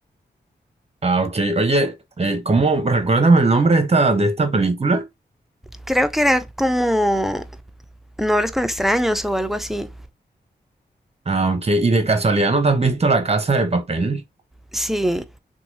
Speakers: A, on the right (about 35°); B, in the centre.
A: Ah, ok. Oye, eh, ¿cómo? Recuérdame el nombre de esta, de esta película.
B: Creo que era como no hables con extraños o algo así.
A: Ah, ok. ¿Y de casualidad no te has visto La Casa de Papel?
B: Sí,